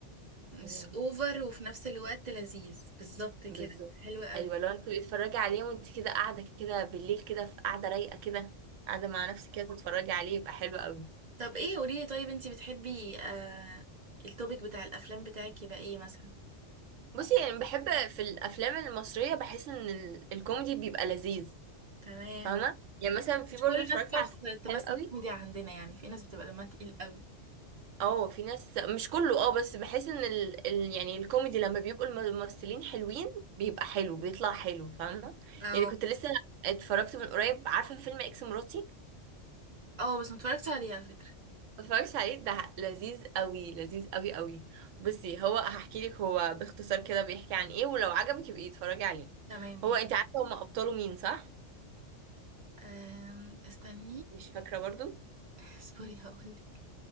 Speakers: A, on the right; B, on the right.
A: مش
B: ايوه
A: اوفر وفي نفس الوقت لذيذ بالظبط كده
B: بالظبط
A: حلو قوي
B: ايوه لو انت بتتفرجي عليه وانت كده قاعدة كده بالليل كده في قاعدة رايقة كده قاعدة مع نفسك كده تتفرجي عليه يبقى حلو قوي
A: طب ايه قولي لي طيب انتي بتحبي آه التوبيك بتاع الافلام بتاعك يبقى ايه مثلا
B: بصي يعني بحب في الافلام المصريه بحس ان ال- الكوميدي بيبقى لذيذ
A: تمام
B: فاهمه يعني مثلا في
A: مش
B: برضه
A: كل الناس
B: اتفرجت
A: بتعرف
B: على فيلم
A: تمثل
B: حلو قوي
A: كوميديا عندنا يعني في ناس بتبقى دمها تقيل قوي
B: اه في ناس مش كله اه بس بحس ان ال... ال... يعني الكوميدي لما بيبقوا الممثلين حلوين بيبقى حلو بيطلع حلو فاهمه
A: اه
B: يعني كنت لسه اتفرجت من قريب عارفه فيلم اكس مراتي
A: اه بس متفرجتش عليه على فكرة
B: ما اتفرجتش عليه ده لذيذ قوي لذيذ قوي قوي بصي هو هحكي لك هو باختصار كده بيحكي عن ايه ولو عجبك يبقي اتفرجي عليه
A: تمام ماشي
B: هو انت عارفه هما ابطاله مين صح
A: أم، استني
B: مش فاكره برضو
A: <laughs> اصبري هقولك